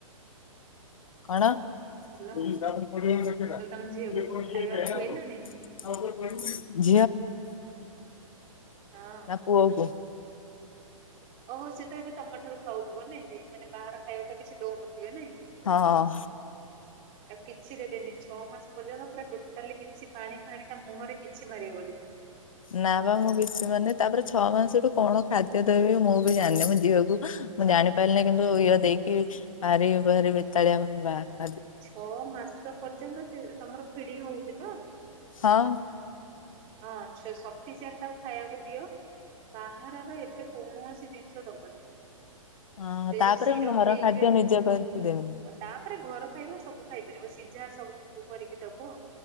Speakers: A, on the left (about 70°); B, on the right (about 30°).
A: କଣ?
B: ହ୍ୟାଲୋ
A: <unintelligible>
B: ମୁଁ କହିଲି ତମ ଝିଅକୁ ଖାଇବା ଖୁଆଇଲଣି?
A: ଝିଅକୁ
B: ହଁ।
A: ନା ପୁଅକୁ?
B: ଓହୋ ସେ ତ ଏବେ ତମ ଠାରୁ ଖାଉଥିବ ନାଇଁ କି ମାନେ ବାହାର ଖାଇବା ତ କିଛି ଦଉନଥିବେ ନାଇଁ?
A: ହଁ।
B: ତାକୁ କିଛି ଦେବେନି ଛଅ ମାସ ପର୍ଯ୍ୟନ୍ତ ପୁରା ଟୋଟାଲି କିଛି ପାଣି ଫାଣି ତା ମୁହଁରେ କିଛି ମାରିବନି।
A: ନା ବା ମୁଁ କିଛି ମାନେ ତାପରେ ଛଅ ମାସଠୁ କଣ ଖାଦ୍ୟ ଦେବି ମୁଁ ବି ଜାଣିନି, ମୋ ଝିଅକୁ ମୁଁ ଜାଣି ପାରିଲିନି କିନ୍ତୁ ଇଅ ଦେଇକି ଭାରି ବାହାରି ବେତାଳିଆ କ ବାହ।
B: ଛଅ ମାସ ପର୍ଯ୍ୟନ୍ତ ସେ ତମର ଫିଡିଙ୍ଗ ହଉଛି ତ?
A: ହଁ।
B: ହଁ ଛ ସଫିସେଣ୍ଟ ତାକୁ ଖାଇଆକୁ ଦିଅ। ବାହାରର ଏବେ କୌଣସି ଜିନିଷ ଦବନି।
A: ହଁ
B: ସେ
A: ତାପରେ
B: ଯୋଉ ସିରପ
A: ମୁଁ ଘର
B: ଦେଇଥିବେ
A: ଖାଦ୍ୟ ନିଜେ କରିକି ଦେମି
B: ତାପରେ ଘର ଖାଇବା ସବୁ ଖାଇପାରିବ ସିଝା ସବୁ କରିକି ଦବ।